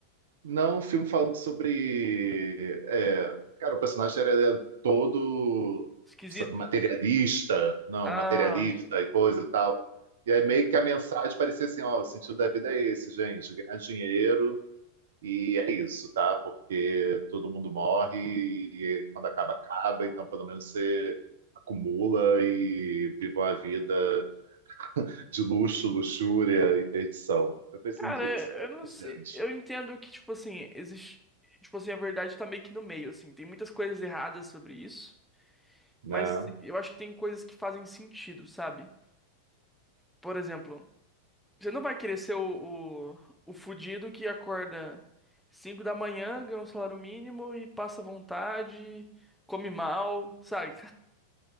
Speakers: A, on the right; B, in the centre.
A: Não, um filme falando sobre. é, Cara, o personagem era todo
B: Esquisito.
A: sabe, materialista, não,
B: Ah.
A: materialista e coisa e tal. E aí meio que a mensagem parecia assim: ó, o sentido da vida é esse, gente, ganhar dinheiro. E é isso, tá? Porque todo mundo morre e quando acaba, acaba. Então, pelo menos você acumula e vive uma vida de luxo, luxúria e perdição. Eu pensei,
B: Cara,
A: gente,
B: é-
A: será
B: eu não
A: que,
B: sei.
A: gente,
B: Eu entendo que, tipo assim, existe. Tipo assim, a verdade tá meio que no meio, assim. Tem muitas coisas erradas sobre isso.
A: né?
B: Mas eu acho que tem coisas que fazem sentido, sabe? Por exemplo, você não vai querer ser o, o, o fudido que acorda 5 da manhã, ganha um salário mínimo e passa vontade, come mal, sabe?